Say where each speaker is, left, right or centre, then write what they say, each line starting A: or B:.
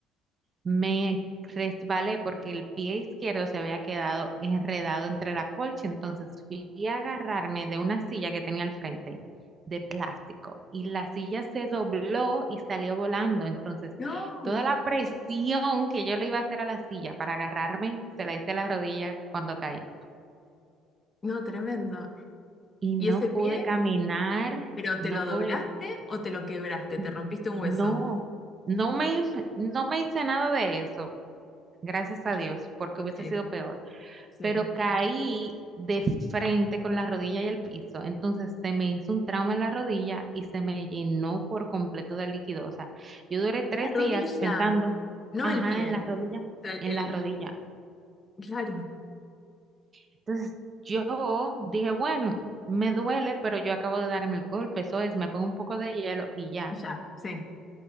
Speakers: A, on the right; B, on the left.
A: me resbalé porque el pie izquierdo se había quedado enredado entre la colcha, entonces fui a agarrarme de una silla que tenía al frente de plástico y la silla se dobló y salió volando, entonces
B: No,
A: toda la presión que yo le iba a hacer a la silla para agarrarme, se la hice a la rodilla cuando caí
B: no, tremendo.
A: y no
B: ¿Y ese
A: pude
B: pie?
A: caminar,
B: ¿Pero
A: no
B: te lo
A: pude,
B: doblaste o te lo quebraste?
A: n-
B: ¿Te rompiste un hueso?
A: no, no me, no me hice nada de eso, gracias a Dios, porque
B: Ok,
A: hubiese sido peor.
B: sí.
A: pero caí de frente con la rodilla y el piso. Entonces se me hizo un trauma en la rodilla y se me llenó por completo de líquido. O sea, yo duré tres
B: La rodilla,
A: días pensando,
B: no
A: ajá,
B: el pie.
A: en la
B: O
A: rodilla,
B: sea,
A: en
B: el,
A: la rodilla.
B: claro,
A: Entonces yo dije, bueno, me duele, pero yo acabo de darme el golpe, eso es, me pongo un poco de hielo y ya.
B: ya, sí.